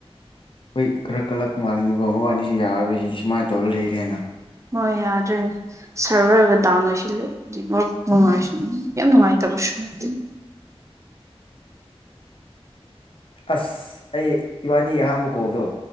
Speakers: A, on the left; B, on the right.
A: ꯍꯣꯏ ꯈꯔ ꯀꯜꯂꯛ ꯃꯥꯜꯂꯦ ꯑꯗꯨꯒꯕ ꯃꯕꯥꯅꯤꯁꯤ ꯌꯥꯔꯔꯣꯏꯁꯤꯗꯤ ꯁꯨꯃꯥꯏꯅ ꯇꯧꯔ ꯂꯩꯔꯦ ꯍꯥꯏꯅ
B: ꯍꯣꯏ ꯌꯥꯗ꯭ꯔꯦ ꯁꯔꯚꯔꯒ ꯗꯥꯎꯟ ꯑꯣꯏꯁꯤꯜꯂꯦ <unintelligible> ꯌꯥꯝ ꯅꯨꯡꯉꯥꯏ <unintelligible>
A: ꯑꯁ ꯑꯩ ꯏꯕꯥꯅꯤ ꯑꯍꯥꯟꯕ ꯀꯣꯜꯗꯣ